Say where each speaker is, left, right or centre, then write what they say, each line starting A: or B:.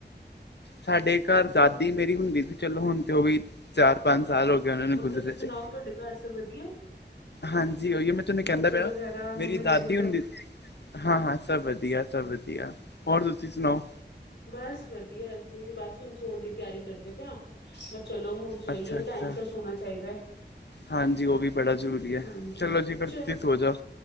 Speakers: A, on the left; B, on the left.
A: ਸਾਡੇ ਘਾਰ ਦਾਦੀ ਮੇਰੀ ਹੁੰਦੀ ਸੀ ਚਲੋ ਹੁਨ ਤੇ ਓ ਵੀ ਚਾਰ ਪੰਜ ਸਾਲ ਹੋ ਗਏ ਉਹਨਾਂ ਨੇ
B: ਹੋਰ
A: ਗੁਜ਼ਰੇ
B: ਤੁਸੀਂ ਸੁਣਾਓ
A: ਚ।
B: ਤੁਹਾਡੇ ਘਰ ਸਭ ਵਧੀਆ
A: ਹਾਂਜੀ ਓਈਯੋ, ਮੈਂ ਤੁਹਾਨੂੰ ਕਹਿੰਦਾ
B: ਬੱਚੇ
A: ਪਿਆ,
B: ਵਗੈਰਾ ਮੰਮੀ
A: ਮੇਰੀ
B: ਡੈਡੀ
A: ਦਾਦੀ
B: ਸਭ
A: ਹੁੰਦੀ ਹਾਂ-ਹਾਂ, ਸਭ ਵਧੀਆ, ਸਭ ਵਧੀਆ ਹੋਰ ਤੁਸੀਂ ਸੁਣਾਓ?
B: ਬਸ ਵਧੀਆ ਅਸੀਂ ਵੀ ਬਸ ਹੁਨ ਸੋਨ ਦੀ ਤਿਆਰੀ ਕਰਦੇ ਪਿਆ ਮੈਂ ਚਲੋ ਹੁਨ ਸੋਈਏ,
A: ਅੱਛਾ ਅੱਛਾ
B: ਟਾਈਮ ਸ ਸੋਣਾ ਚਾਹੀਦਾ।
A: ਹਾਂਜੀ ਉਹ ਵੀ ਬੜਾ ਜ਼ਰੂਰੀ ਹੈ।
B: ਹਾਂਜੀ
A: ਚਲੋ ਜੀ ਫਿਰ
B: ਚ
A: ਤੁਸੀ ਸੌਹ ਜਾਓ।